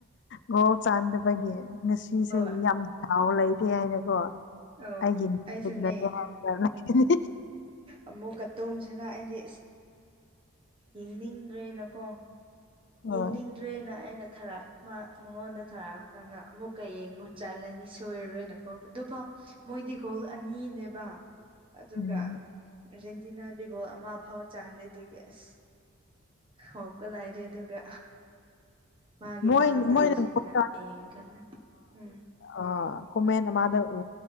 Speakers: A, on the left; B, on the right.
A: ꯒꯣ ꯆꯥꯟꯗꯕꯒꯤ ꯉꯁꯤꯁꯦ
B: ꯍꯣꯏ
A: ꯌꯥꯝ ꯍꯥꯎ ꯂꯩꯇꯦ ꯍꯥꯏꯅꯀꯣ
B: ꯑꯣ
A: ꯑꯩꯒꯤ
B: ꯑꯩꯁꯨ
A: ꯅꯠꯇꯦ
B: ꯅ
A: ꯍꯥꯏꯔꯒ ꯂꯩꯒꯅꯤ
B: ꯑꯃꯨꯛꯀꯇꯣꯝꯁꯤꯅ ꯑꯩꯗꯤ ꯌꯦꯡꯅꯤꯡꯗ꯭ꯔꯦꯅꯀꯣ
A: ꯍꯣꯏ
B: ꯏꯅꯤ ꯇ꯭ꯔꯦꯅ ꯑꯩꯅ ꯊꯥꯔꯛꯄ ꯃꯉꯣꯟꯗ ꯊꯥꯔꯛꯑꯀꯥꯟꯗ ꯑꯃꯨꯛꯀ ꯌꯦꯡꯉꯣ ꯆꯜꯂꯅꯤ ꯁꯣꯏꯔꯔꯣꯏꯅ ꯑꯗꯨꯐꯥꯎ ꯃꯣꯏ ꯗꯤꯒꯣꯜ ꯑꯅꯤꯅꯦꯕ ꯑꯗꯨꯒ
A: ꯎꯝ
B: ꯑꯥꯔꯖꯦꯟꯇꯤꯅꯥꯗꯒꯣ ꯑꯃ ꯐꯥꯎ ꯆꯥꯟꯗꯦꯗꯒꯤ ꯑꯁ ꯍꯒꯂ ꯍꯥꯏꯥꯏꯗꯦ ꯑꯗꯨꯔꯒ ꯃꯥꯒꯤ
A: ꯃꯣꯏ
B: ꯋꯥ ꯇꯁꯤꯅ
A: ꯃꯣꯏꯅ
B: ꯌꯦꯡ ꯀꯟꯅ ꯎꯝ
A: ꯑ ꯀꯣꯃꯦꯟ ꯑꯃꯗ ꯎ